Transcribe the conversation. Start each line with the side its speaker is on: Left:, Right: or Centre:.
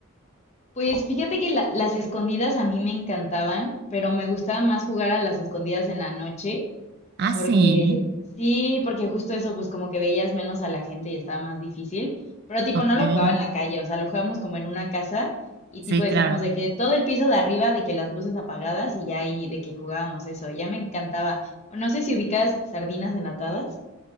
Left: Pues fíjate que la- las escondidas a mí me encantaban, pero me gustaba más jugar a las escondidas en la noche,
Right: Ah,
Left: porque
Right: sí.
Left: sí, porque justo eso, pues como que veías menos a la gente y estaba más difícil, pero tipo
Right: Ok.
Left: no lo jugaba en la calle, o sea, lo jugábamos como en una casa y
Right: Sí,
Left: tipo decíamos
Right: claro.
Left: de que todo el piso de arriba, de que las luces apagadas y ya ahí de que jugábamos eso, ya me encantaba. O no sé si ubicas sardinas enlatadas.